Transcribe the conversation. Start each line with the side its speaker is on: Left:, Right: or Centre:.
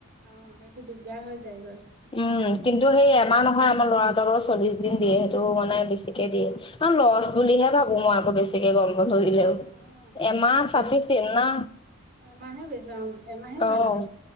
Right: অ সেইটো দিগদাৰ হৈ যায়গৈ
Left: উম কিন্তু সেই এমাহ নহয় আমাৰ লৰাহতৰ বাৰু চল্লিশ দিন দিয়ে সেইটো মানে বেছিকে দিয়ে লচ
Right: অ
Left: বুলিহে ভাবো মই আকৌ বেছিকে গম দিলে
Right: অ
Left: এমাহ
Right: তাকেতো
Left: চাফি চিন না
Right: এমাহে বেছাম এমাহে ভাল
Left: অহ
Right: আৰু।